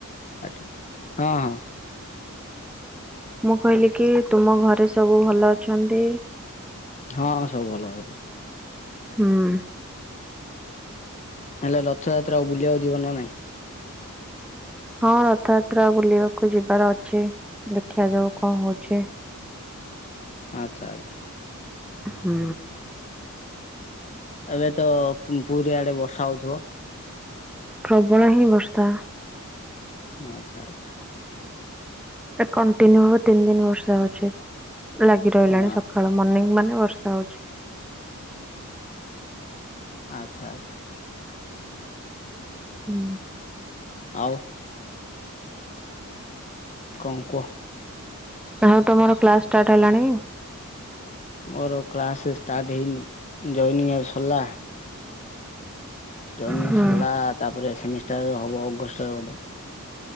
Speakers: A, on the left; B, in the centre.
A: ଆଟେ ହଁ ହଁ।
B: ମୁଁ କହିଲି କି ତୁମ ଘରେ ସବୁ ଭଲ ଅଛନ୍ତି?
A: ହଁ ହଁ ସବୁ ଭଲ ଏବେ।
B: ହୁଁ।
A: ହେଲେ ରଥଯାତ୍ରାକୁ ବୁଲିଆକୁ ଯିବ ନା ନାଇଁ।
B: ହଁ ରଥଯାତ୍ରା ବୁଲିବାକୁ ଯିବାର ଅଛି ଦେଖା ଯାଉ କଣ ହୋଉଚି।
A: ଆଚ୍ଛା ଆଚ୍ଛା।
B: ହୁଁ।
A: ଏବେ ତ ପୁ-ପୁରି ଆଡେ ବର୍ଷା ହୋଉଥିବ।
B: ପ୍ରବଳ ହିଁ ବର୍ଷା।
A: ଉଁ ଆଚ୍ଛା ଆଚ୍ଛା।
B: ଏ କଣ୍ଟିନ୍ୟୁ ହବ ତିନି ଦିନ ବର୍ଷା ହୋଉଚି। ଲାଗି ରହିଲାଣି
A: ହଁ
B: ସ କଳୁ ମର୍ଣିିଂ ମାନେ ବର୍ଷା ହୋଉଚି।
A: ଆଚ୍ଛା ଆଚ୍ଛା।
B: ହୁଁ।
A: ଆଉ। କଣ କୁହ।
B: ଆଉ ତମର କ୍ଲାସ ଷ୍ଟାର୍ଟ ହେଲାଣି?
A: ମୋର କ୍ଲାସେ ଷ୍ଟାର୍ଟ ହେଇନି। ଜଏନିଂ ଏବେ ସରିଲା। ଯଏନିଂ
B: ହୁଁ
A: ସରିଲା ତାପରେ ସେମିଷ୍ଟାର ହବ ଅଗଷ୍ଟରେ ବୋଧେ।